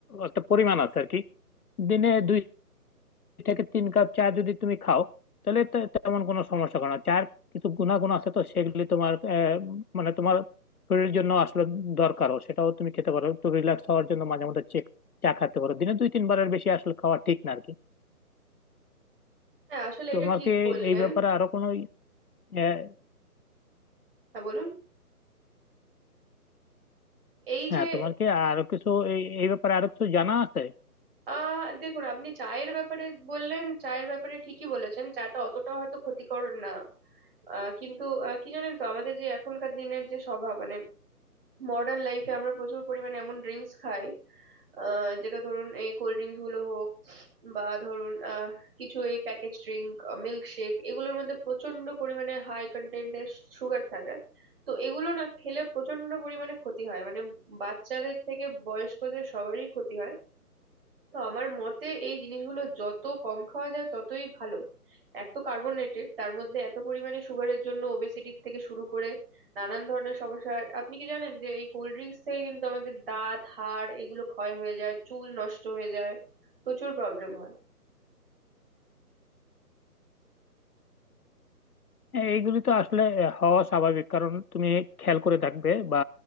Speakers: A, on the left; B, on the right.
A: একটা পরিমাণ আছে আর কি দিনে দুই থেকে তিন কাপ চা যদি তুমি খাও তাহলে তে- তেমন কোনো সমস্যা করে না চার কিছু গুণাগুণ আছে তো সেগুলি তোমার আহ, মানে তোমার শরীরের জন্য আসলে দরকারও সেটাও তুমি খেতে পারো একটু রিল্যাক্স হওয়ার জন্য মাঝে মধ্যে চেক চা খেতে পারো দিনে দুই তিনবারের বেশি আসলে খাওয়া ঠিক না আর কি
B: হ্যাঁ আসলে
A: তোমার
B: এটা ঠিক
A: কি
B: বললেন
A: এই ব্যাপারে আরো কোনো আহ,
B: হ্যাঁ বলুন এই
A: হ্যাঁ
B: যে
A: তোমার কি আরো কিছু এই এই ব্যাপারে আরো কিছু জানা আছে
B: আহ দেখুন আপনি চায়ের ব্যাপারে বললেন চায়ের ব্যাপারে ঠিকই বলেছেন চাটা অতটা হয়তো ক্ষতিকর না আহ, কিন্তু আহ, কি জানেন তো আমাদের যে এখনকার দিনের যে স্বভাব মানে মডার্ন লাইফে আমরা প্রচুর পরিমাণে এমন ড্রিঙ্কস খাই আহ যেটা ধরুন এই কোল্ড ড্রিঙ্কস গুলো হোক বা ধরুন আহ কিছু এই প্যাকেজ ড্রিঙ্ক মিল্ক শেক এগুলোর মধ্যে প্রচন্ড পরিমাণে হাই কন্টেন্টের সুগার থাকে তো এগুলো না খেলে প্রচন্ড পরিমাণে ক্ষতি হয় মানে বাচ্চাদের থেকে বয়স্কদের সবারই ক্ষতি হয় তো আমার মতে এই জিনিসগুলো যত কম খাওয়া যায় ততই ভালো এক তো কার্বনেটেড তার মধ্যে এত পরিমাণে সুগারের জন্য ওবেসিটি থেকে শুরু করে নানান ধরনের সমস্যা আর আপনি কি জানেন যে এই কোল্ড ড্রিঙ্কস থেকে কিন্তু আমাদের দাঁত হাড় এগুলো ক্ষয় হয়ে যায় চুল নষ্ট হয়ে যায় প্রচুর প্রবলেম হয়
A: এইগুলি তো আসলে হওয়া স্বাভাবিক কারণ তুমি খেয়াল করে দেখবে বা